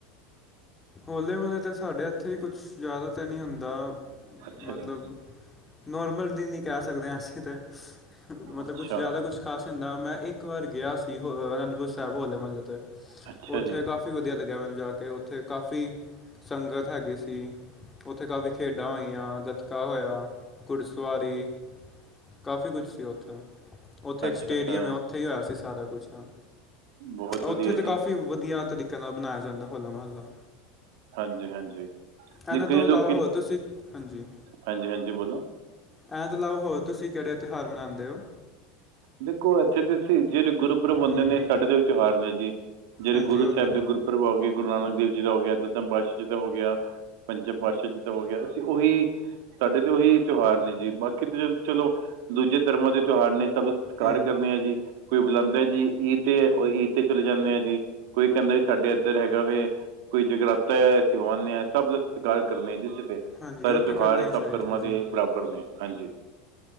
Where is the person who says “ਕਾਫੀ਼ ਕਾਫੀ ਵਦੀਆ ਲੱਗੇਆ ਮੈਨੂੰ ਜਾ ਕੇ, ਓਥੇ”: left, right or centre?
Left